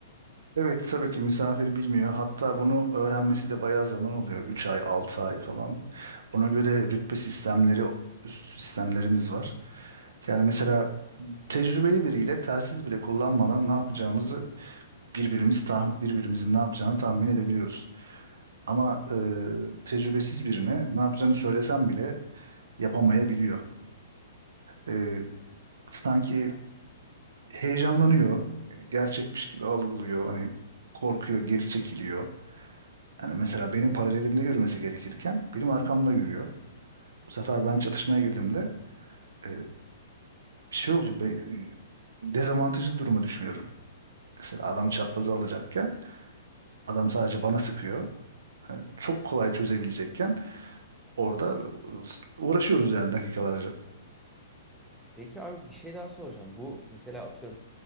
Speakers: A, on the right (about 80°); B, in the centre.
A: Evet tabii ki misafir bilmiyor. Hatta bunu öğrenmesi de bayağı zaman oluyor. üç ay, 6 ay falan. Ona göre rütbe sistemleri, üst sistemlerimiz var. Yani mesela tecrübeli biriyle telsiz bile kullanmadan ne yapacağımızı birbirimiz tah birbirimizin ne yapacağını tahmin edebiliyoruz. Ama e, tecrübesiz birine ne yapacağını söylesem bile yapamayabiliyor. E, sanki heyecanlanıyor, gerçekmiş gibi algılıyor, hani korkuyor, geri çekiliyor. Yani mesela benim paralelimde yürümesi gerekirken benim arkamda yürüyor. Bu sefer ben çatışmaya girdiğimde e, şey oluyor, be, dezavantajlı duruma düşmüyorum. Mesela adamı çapraza alacakken adam sadece bana sıkıyor. Yani çok kolay çözebilecekken orada ıı, uğraşıyoruz yani dakikalarca.
B: Peki abi bir şey daha soracağım. Bu mesela atıyorum